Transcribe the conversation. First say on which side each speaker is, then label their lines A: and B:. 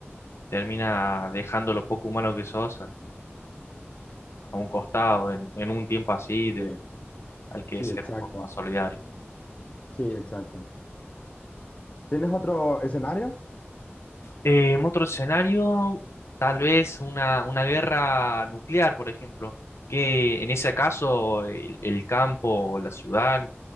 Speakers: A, on the left; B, on the left.
A: termina dejando lo poco humano que sos. a, a un costado en, en un tiempo así, de,
B: sí,
A: hay que
B: sí,
A: ser
B: exacto.
A: un poco más solidario.
B: Sí, exacto. ¿Tienes otro escenario?
A: Eh, en otro escenario, tal vez una, una guerra nuclear, por ejemplo, que en ese caso el, el campo o la ciudad